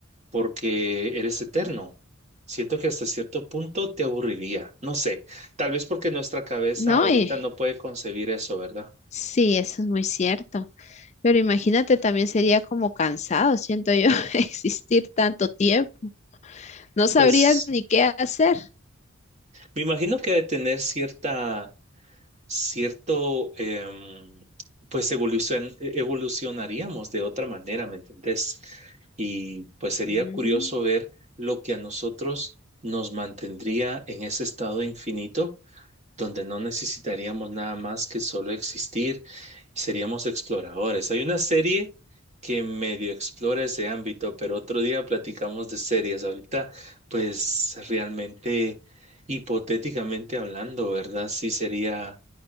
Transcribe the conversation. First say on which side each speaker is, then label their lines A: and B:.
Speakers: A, on the right; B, on the left.
A: porque eres eterno. Siento que hasta cierto punto te aburriría. No sé, tal vez porque nuestra cabeza
B: No,
A: ahorita
B: y
A: no puede concebir eso, ¿verdad?
B: sí, eso es muy cierto. Pero imagínate, también sería como cansado, siento yo, <laughs> existir tanto tiempo. No sabrías
A: Pues
B: ni qué hacer.
A: me imagino que ha de tener cierta, cierto, em, pues evolucion- evolucionaríamos de otra manera, ¿me entendés? Y pues sería
B: Mm,
A: curioso ver lo que a nosotros nos mantendría en ese estado infinito donde no necesitaríamos nada más que solo existir, seríamos exploradores. Hay una serie que medio explora ese ámbito, pero otro día platicamos de series. Ahorita, pues realmente, hipotéticamente hablando, ¿verdad? Sí sería,